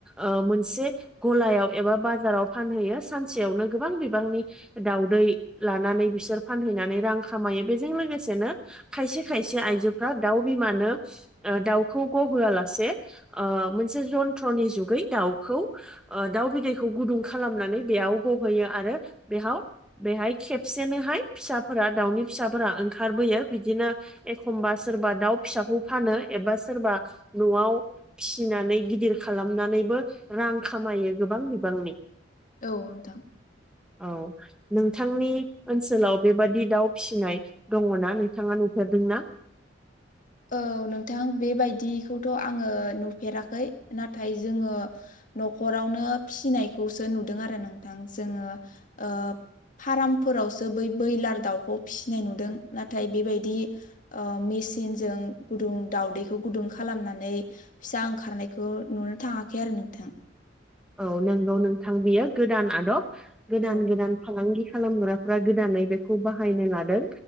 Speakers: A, in the centre; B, on the left.
A: ओ मोनसे गलायाव एबा बाजाराव फानहैयो सानसेयावनो गोबां बिबांनि दाउदै लानानै बिसोर फानहैनानै रां खामायो। बेजों लोगोसेनो खायसे खायसे आइजो फोरा दाउ बिमानो ओ दाउखौ ग'होआ लासे ओ मोनसे ज'न्थ्रनि जुगै इ दाउखौ ओ दाउ बिदैखौ गुदुं खालामनानै बेयाव ग'होयो आरो बेयाव बेहाय खेबसेनोहाय फिसाफोरा दाउनि फिसाफोरा ओंखारबोयो। बिदिनो एखमबा सोरबा दाउ फिसाखौ फानो एबा सोरबा न'आव फिसिनानै गिदिर खालामनानैबो रां खामायो गोबां बिबांनि।
B: औ नोंथां
A: औ नोंथांनि ओनसोलाव बेबादि दाउ फिसिनाय दङ'ना नोंथाङा नुफेरदों ना?
B: औ नोंथां बेबायदिखौथ' आङो नुफेराखै नाथाय जोङो न'खरावनो फिनायखौसो नुदों आरो नोंथां जोङो ओ फाराम फोरावसो बै बैयलार दाउखौ फिनाय नुदों। नाथाय बेबायदि ओ मेसिन जों गुदुं दावउदैखौ गुदुं खालामनानै फिसा ओंखारनायखौ नुनो थाङाखै आरो नोंथां।
A: औ नोंगौ नोंथां बियो गोदान आदब। गोदान
B: औ
A: गोदान फालांगि खालामग्राफ्रा गोदानै बेखौ बाहायनो लादों।